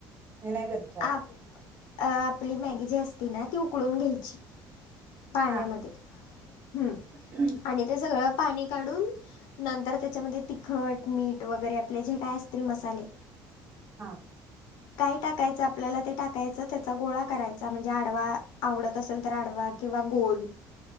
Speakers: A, on the right (about 25°); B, on the left (about 85°).
A: मी नाही कधी -
B: आप आपली मॅगी जी असती ना ती उकळून घ्यायची. पाण्यामध्ये
A: हा
B: हम्म
A: हम्म.
B: आणि ते सगळं पाणी काढून. नंतर त्याच्यामध्ये तिखट मीठ वगैरे आपले जे काय असतील मसाले.
A: हां.
B: काय टाकायचं आपल्याला ते टाकायचं त्याचा गोळा करायचा म्हणजे आडवा आवडत असेल तर आडवा. किंवा गोल.